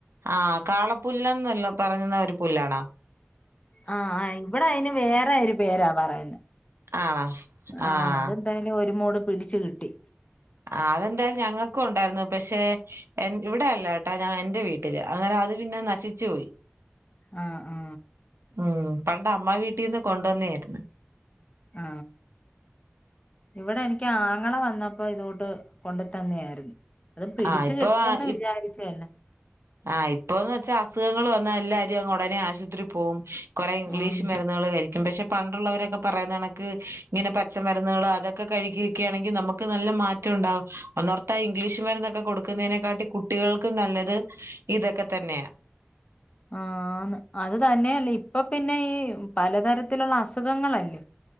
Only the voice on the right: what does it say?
ആ കാളപ്പുല്ലന്നല്ല പറയുന്ന ഒരു പുല്ലാണാേ.
ആണോ
ആഹ്
ആ അതെന്തായാലും ഞങ്ങക്കും ഒണ്ടായിരുന്നു പക്ഷെ എന് ഇവിടെയല്ല കേട്ടോ ഞ എന് ന്റെ വീട്ടില് അന്നേരം അത് പിന്നെ നശി ച്ചോയ്
ഉം പണ്ട് അമ്മ വീട്ടിന്ന് കൊണ്ടുവന്നെ ആരുന്ന്
ആഹ് ഇപ്പൊ
ഇപ്
ആഹ് ഇപ്പൊന്ന് വെച്ചാ അസുഖങ്ങള് വന്നാ എല്ലാരും <unintelligible> ഒടനെ ആശുത്രി പോകും കൊറെ ഇംഗ്ലീഷ്
മരുന്നുകള് കഴിക്കും പക്ഷെ പണ്ടുള്ളവരൊക്കെ പറയുന്ന കാണ ക്ക് ഇങ്ങനെ പച്ചമരുന്നുകള് അതൊക്കെ കഴിക്കു എക്കയാണെങ്കിൽ നമുക്ക് നല്ല മാറ്റം ഒണ്ടാവും ഒന്നോർത്ത ഇംഗ്ലീഷ് മരുന്നൊക്കെ കൊടുക്കുന്നതിനെക്കാട്ടി കുട്ടികൾക്ക് നല്ലത് ഇതൊക്കെ തന്നെയാ